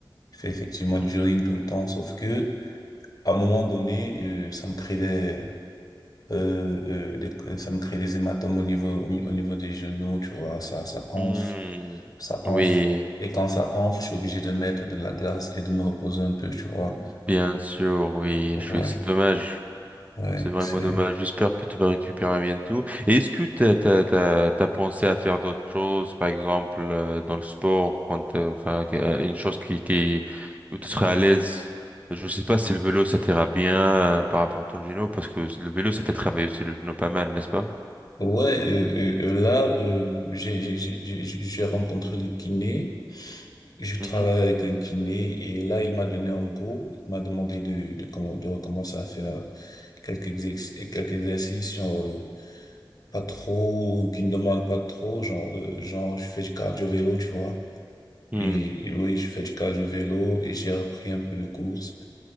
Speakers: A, on the left (about 50°); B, on the right (about 15°).
A: Je fais effectivement du
B: Mhm.
A: jogging tout le temps, sauf que, à un moment donné, euh, ça me crée des, euh, euh, des- euh, ça me crée des hématomes au niveau, au, mi- au niveau des genoux, tu vois, ça, ça enfle,
B: Hmm,
A: ça enfle.
B: Oui,
A: Et quand ça enfle, je suis obligé de mettre de la glace et de me reposer un peu, tu vois.
B: bien sûr, oui.
A: Ouais,
B: Je suis- C'est dommage.
A: ouais,
B: C'est vraiment
A: c'est,
B: dommage. J'espère que tu vas récupérer bientôt. Et est-ce que t'as, t'as, t'as, t'as pensé à faire d'autres choses, par exemple, euh, dans le sport, quand, euh, enfin, que- euh, une chose qui, qui, où tu serais à l'aise? Je sais pas si le vélo, ça t'ira bien, euh, par rapport à ton genou, parce que le vélo, ça fait travailler aussi le genou pas mal, n'est-ce pas?
A: ouais, euh, euh, euh, là, euh, j'ai, j'ai, j'ai, j'ai j'ai rencontré le kiné. Je travaille
B: Mhm.
A: avec un kiné et là, il m'a donné un go. Il m'a demandé de, de, comment- de recommencer à faire quelques, exerc- quelques exercices, genre, euh, pas trop, qui ne demandent pas trop, genre, euh, genre, je fais du cardio-vélo, tu vois.
B: Mhm.
A: Et, et oui, je fais du cardio-vélo et j'ai repris un peu de course.